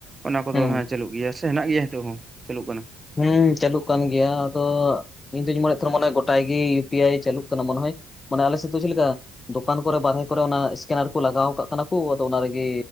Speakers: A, on the right (about 30°); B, on the left (about 30°).
A: ᱚᱱᱟ ᱠᱚᱫᱚ
B: ᱦᱩᱸ
A: ᱦᱮᱸ ᱪᱟᱹᱞᱩᱜ ᱜᱮᱭᱟ᱾ ᱥᱮ ᱦᱮᱱᱟᱜ ᱜᱮᱭᱟ ᱱᱤᱸᱛᱚᱜ ᱦᱚᱸ ᱪᱟᱹᱞᱩᱜ ᱠᱟᱱᱟ᱾
B: ᱦᱮᱸ ᱪᱟᱹᱞᱩᱜ ᱠᱟᱱ ᱜᱮᱭᱟ ᱟᱫᱚ ᱤᱧ ᱫᱩᱧ ᱢᱚᱱᱮᱭᱮᱫᱼᱼ ᱱᱮᱛᱟᱨ ᱢᱟᱱᱮ ᱜᱚᱴᱟ ᱜᱤ ᱤᱭᱩ ᱯᱤ ᱟᱭ ᱪᱟᱹᱞᱩᱜ ᱠᱟᱱᱟ ᱢᱚᱱᱮ ᱦᱚᱭ ᱢᱟᱱᱮ ᱟᱞᱮ ᱥᱮᱜ ᱫᱚ ᱪᱮᱜ ᱞᱮᱠᱟᱼᱼ ᱫᱚᱠᱟᱱ ᱠᱚᱨᱮ ᱵᱟᱨᱦᱮ ᱠᱚᱨᱮ ᱚᱱᱟ ᱮᱥᱠᱮᱱᱟᱨ ᱠᱚ ᱞᱟᱜᱟᱣ ᱠᱟᱜ ᱠᱟᱱᱟ ᱠᱩ ᱟᱫᱚ ᱚᱱᱟ ᱨᱮᱜᱮᱼᱼ